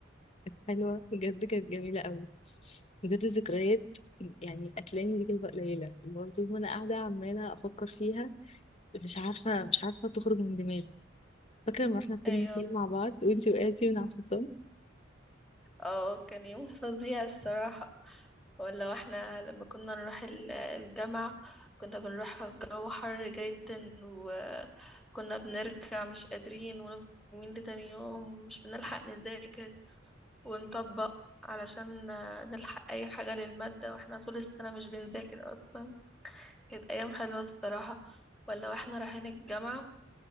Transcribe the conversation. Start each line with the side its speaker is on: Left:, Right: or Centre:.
Left: حلوة بجد كانت جميلة قوي بجد الذكريات يعني هتلاقيني دي كلمة قليلة اللي هو طول ما أنا قاعدة عمالة أفكر فيها مش عارفة مش عارفة تخرج من دماغي فاكرة لما رحنا ركبنا
Centre: ايوه
Left: خيل مع بعض وأنتي وقعتي من على الحصان
Centre: اه كان يوم <laughs> فظيع الصراحة ولا واحنا لما كنا نروح ال- الجامعة كنا بنروح جو حر جدا وكنا بنرجع مش قادرين ونفضل يومين لتاني يوم ومش بنلحق نذاكر ونطبق علشان نلحق أي حاجة للمادة واحنا طول السنة مش بنذاكر أصلا كانت أيام حلوة الصراحة ولا واحنا رايحين الجامعة